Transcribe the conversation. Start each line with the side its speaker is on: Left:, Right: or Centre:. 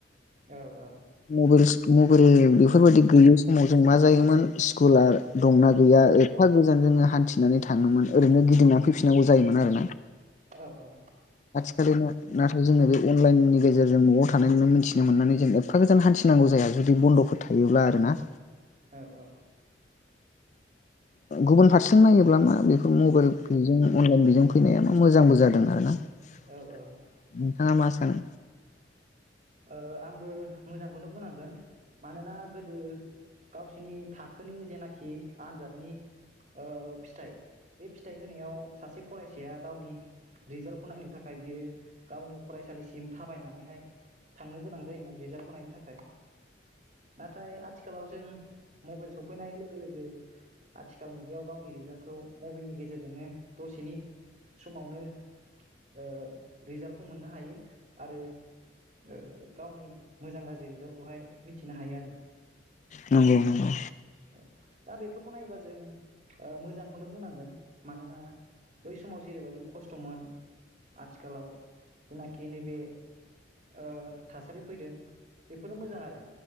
Right: औ औ
Left: मबाइल मबाइल बेफोरबायदि गैयै समाव जों मा जायोमोन स्कुला दंना गैया एफा गोजान जोंङो हान्थिनानै थांङोमोन ओरैनो गिदिंनानै फैफिननांगौ जायोमोन आरो ना।
Right: औ औ
Left: खालिनि नाथाय जोंङो बे अनलाइननि गेजेरजों न'आव थानायनो मिथिनो मोननानै जों एफा गोजान हान्थिनांगौ जाया जुदि बन्द'फोर थायोब्ला आरो ना।
Right: औ औ
Left: गुबुन फारसे नायोब्ला मा बेखौ मबाइल बेजों अनलाइन बेजों फैनाया मा मोजांबो जादों आरो ना। नोंथांङा
Right: औ औ
Left: मा सा सानो?
Right: ओ आंबो मोजांखौनो बुंनांगोन मानोना गोदो गावसिनि थाखोनि जेनाखि आनजादनि ओ फिथाइ बे फिथाइ होनायाव सासे फरायसाया गावनि रिजाल्टखौ नायनो थाखाय बियो गावनो फरायसालिसिम थाबायनानैहाय थांनो गोनां जायोमोन रिजाल्टखौ नायनो थाखाय। नाथाय आथिखालाव जों मबाइल सफैनाय लोगो लोगो आथिखाल मुगायाव गावनि रिजाल्टखौ मबाइलनि गेजेरजोंनो दसेनि समावनो ओ रिजाल्टखौ मोननो हायो आरो ओ गावनि मोजां गाज्रि रिजाल्टखौहाय मिथिनो हायो आरो।
Left: नंगौ नंगौ।
Right: औ दा बेफोरखौ नायोबा ओ जों मोजांखौनो बुंनांगोन मानोना बै समाव जेरैबायदि खस्थ'मोन आथिखालाव जेनाखि नैबे ओ थासारि फैदों बेफोरो मोजां आरो